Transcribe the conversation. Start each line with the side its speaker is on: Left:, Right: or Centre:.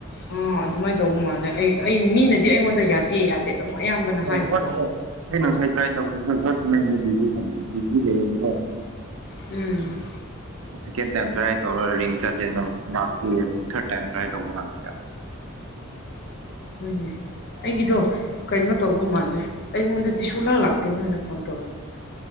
Left: ꯑꯥ ꯑꯗꯨꯃꯥꯏꯅ ꯇꯧꯕ ꯃꯥꯜꯂꯦ ꯑꯩ ꯑꯩ ꯃꯤꯅꯗꯤ ꯑꯩꯉꯣꯟꯗ ꯌꯥꯗꯦ ꯌꯥꯗꯦ ꯑꯗꯨꯝ ꯑꯌꯥꯝꯕꯅ ꯍꯥꯏꯕꯀꯣ
Right: ꯍ ꯑꯩꯅ ꯉꯁꯥꯏ ꯇ꯭ꯔꯥꯏ ꯇꯧꯗꯁꯦꯠꯁ ꯅ ꯃꯨꯝ ꯂꯩꯗ
Left: ꯎꯝ
Right: ꯁꯦꯀꯦꯟ ꯇꯥꯏꯝ ꯇ꯭ꯔꯥꯏ ꯇꯧꯔꯒ ꯔꯤꯡ ꯆꯠꯂꯦ ꯅ ꯂ ꯊꯥꯔꯠ ꯇꯥꯏꯝ ꯇ꯭ꯔꯥꯏ ꯇꯧꯕ ꯉꯝꯗꯦꯔ <unintelligible>
Left: ꯍꯅꯦ ꯑꯩꯒꯤꯗꯣ ꯀꯩꯅꯣ ꯇꯧꯕ ꯃꯥꯜꯂꯦ ꯑꯩꯉꯣꯟꯗꯗꯤ ꯁꯨꯂꯥ ꯂꯥꯛꯇꯦ ꯅꯣꯏꯅ ꯐꯣꯟ ꯇꯧꯔꯛꯄ